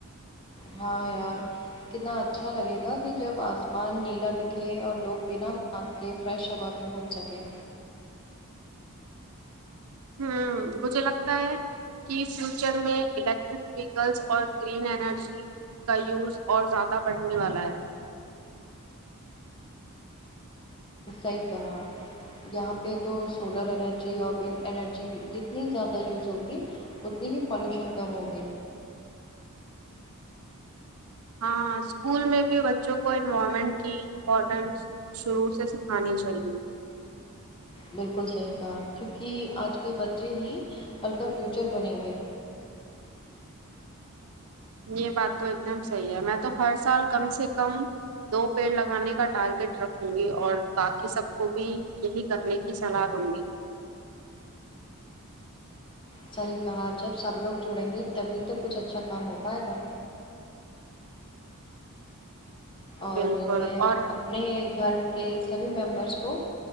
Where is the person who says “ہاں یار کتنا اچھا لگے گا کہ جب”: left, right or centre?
Left